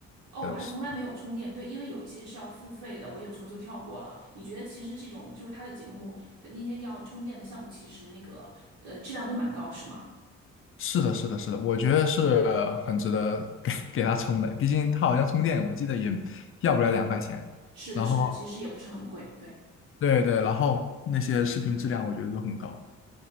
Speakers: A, on the right; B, on the left.
A: 哦，
B: 的视，
A: 我还从来没有充电，对，因为有一些是要付费的，我有时候就跳过了。你觉得其实这种就是他的节目的那些要充电的项目，其实那个呃质量都蛮高，是吗？
B: 是是的，是的，是的，我觉得是很值得给给他充的，毕竟他好像充电，我记得也要不了两块钱。
A: 是的，
B: 然后
A: 是的，其实也不是很贵，对
B: 对对，然后那些视频质量我觉得都很高。